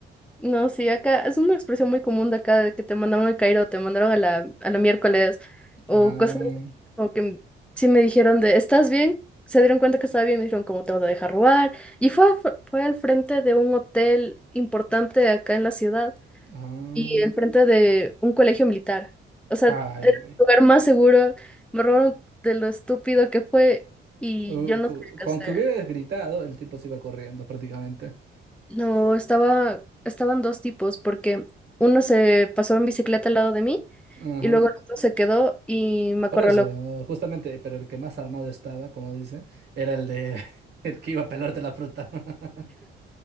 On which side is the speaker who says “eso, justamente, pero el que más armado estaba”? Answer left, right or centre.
Right